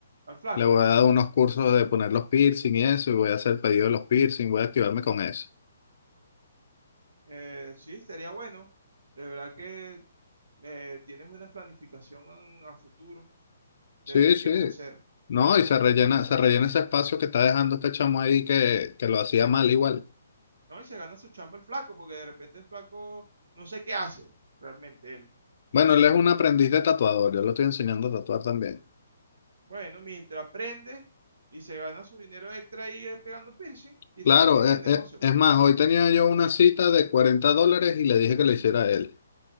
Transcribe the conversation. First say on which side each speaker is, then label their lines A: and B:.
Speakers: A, on the right; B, on the left.
A: al flaco.
B: Le voy a dar unos cursos de poner los piercing y eso, y voy a hacer el pedido de los piercing, voy a activarme con eso.
A: Eh, sí, sería bueno. De verdad que eh, tienes una planificación a futuro de
B: Sí,
A: lo que
B: sí.
A: quieres hacer.
B: No,
A: Bueno,
B: y se rellena,
A: eh,
B: se rellena ese espacio que está dejando este chamo ahí que, que lo hacía mal igual.
A: no, y se gana su chamba el flaco, porque de repente el flaco no sé qué hace realmente él.
B: Bueno, él es un aprendiz de tatuador, yo lo estoy enseñando a tatuar también.
A: Bueno, mientras aprende y se gana su dinero extra ahí eh, pegando piercing y está
B: Claro,
A: pendiente
B: es,
A: del negocio,
B: es- es
A: pues.
B: más, hoy tenía yo una cita de 40 dólares y le dije que la hiciera él.